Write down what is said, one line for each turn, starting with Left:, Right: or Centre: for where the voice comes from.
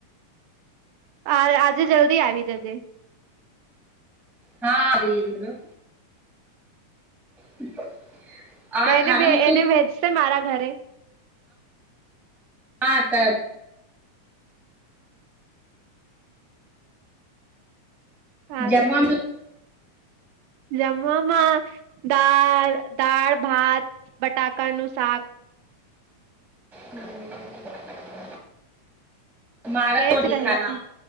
Right: આ આજે જલ્દી આવી જજે.
Centre: હા આવી લ્યો. <inaudible>
Right: તો એને
Centre: ખાનામાં શું
Right: એને ભેજશો મારા ઘરે?
Centre: હા ત
Right: સારું
Centre: જમવામાં
Right: છે
Centre: શું
Right: જમવામાં દાળ દાળ ભાત બટાકાનું શાક
Centre: હમ મારા
Right: એજ
Centre: તો દિ
Right: રહે
Centre: ખાના
Right: છે